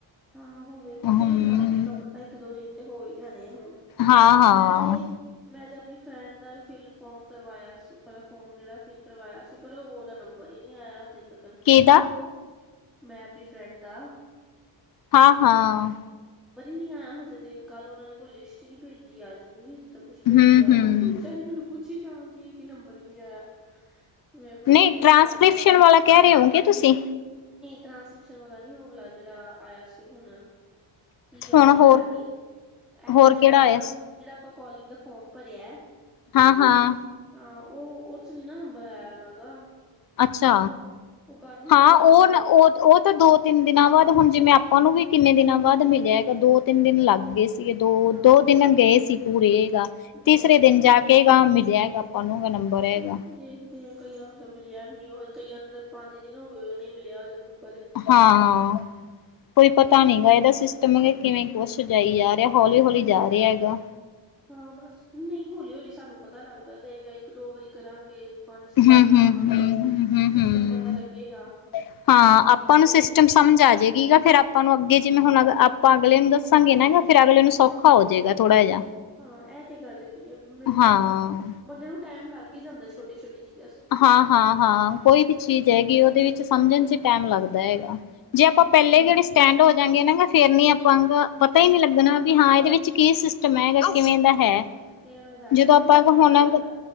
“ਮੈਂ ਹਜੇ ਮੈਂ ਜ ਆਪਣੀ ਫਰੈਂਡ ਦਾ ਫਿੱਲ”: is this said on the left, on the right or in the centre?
Centre